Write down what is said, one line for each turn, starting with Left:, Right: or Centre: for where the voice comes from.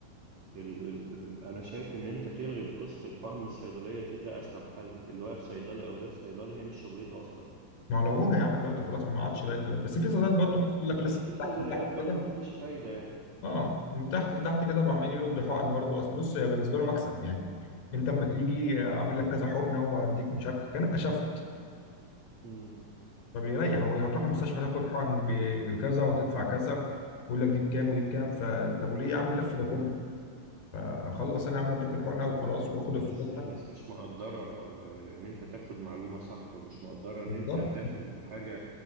Right: ال ال أنا شايف إن أنت تلغي قصة الحقن من الصيدلية دي ده أسلم حل اللي واقف صيدلي أو غير صيدلي هي مش شغلته أصلا
Left: ما هو لو هو يا عم دلوقتي خلاص ما ما عادش باين دلوقتي بس في صيدليات برضه
Right: آه
Left: عايز اقول لك
Right: بس
Left: لسه
Right: في
Left: من
Right: صيدليات
Left: تحت لتحت
Right: برضه
Left: كده
Right: مفيش فايدة يعني
Left: اه من تحت لتحت كده بقى عمالين يردوا حقن برضه اصل بص هي بالنسبه له مكسب يعني انت اما تيجي اعمل لك كذا حقنه واديك مش عارف كانك كشفت
Right: مم.
Left: فبيريح وهتروح المستشفى تاخد حقن ب- بكذا وهتدفع كذا ويقول لك دي بكام ودي بكام ف طب وليه يا عم اللف ده كله؟ اخلص انا يا عم واديك الحقنه وخلاص واخد
Right: الناس
Left: الفلوس
Right: الناس مش مقدرة آه، إن أنت تاخد معلومة صح ومش مقدرة إن
Left: بالظبط
Right: أنت تاخد حاجة